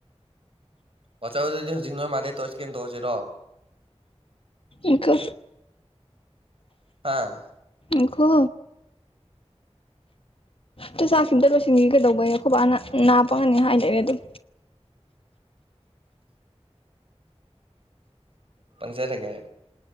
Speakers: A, on the right; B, on the left.
A: ꯑꯣꯆꯧ ꯑꯗꯨꯗꯤ ꯍꯧꯖꯤꯛ ꯅꯣꯏ ꯃꯥꯜꯗꯩ ꯇꯣ ꯏꯁꯀꯦꯟ ꯇꯧꯔꯁꯤꯔꯣ
B: ꯏꯀ
A: ꯍꯥꯥ
B: ꯎꯈꯣ ꯆ ꯆꯥꯛꯁꯤꯗ ꯂꯣꯏꯁꯤꯟꯁꯤ ꯀꯩꯗꯧꯕꯩ ꯈꯨꯕꯥꯛꯅ ꯅꯥꯞꯄꯉꯅꯤ ꯍꯥꯏꯗꯔꯦ ꯑꯗꯨꯝ
A: ꯄꯪꯖꯔꯒꯦ ꯍꯥꯏ